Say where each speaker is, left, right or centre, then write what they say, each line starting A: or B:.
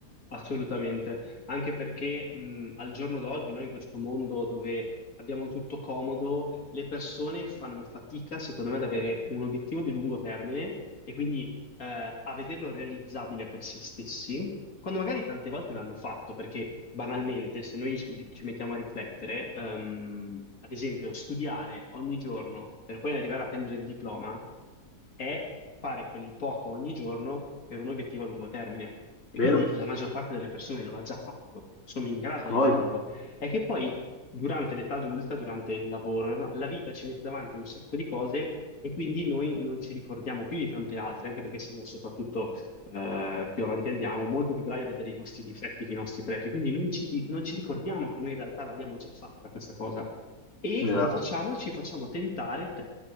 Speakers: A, on the left; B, on the left.
A: Assolutamente, anche perché mh, al giorno d'oggi, noi in questo mondo dove abbiamo tutto comodo, le persone fanno fatica, secondo me, ad avere un obiettivo di lungo termine e quindi eh, a vederlo realizzabile per se stessi, quando magari tante volte l'hanno fatto, perché banalmente, se noi ci ci mettiamo a riflettere, ehm, ad esempio, studiare ogni giorno per poi arrivare a prendere il diploma è fare quel poco ogni giorno per un obiettivo a lungo termine. E
B: Vero?
A: quindi la maggior parte delle persone lo ha già fatto, sono in grado
B: A voglia.
A: di farlo. È che poi durante l'età adulta, durante il lavoro, no, la vita ci mette davanti un sacco di cose e quindi noi non ci ricordiamo più di tante altre, anche perché siamo soprattutto eh, più avanti andiamo, molto più bravi a vedere i nostri difetti che i nostri pregi. Quindi non ci, non ci ricordiamo che noi in realtà l'abbiamo già fatta questa cosa. E
B: Esatto.
A: cosa facciamo? Ci facciamo tentare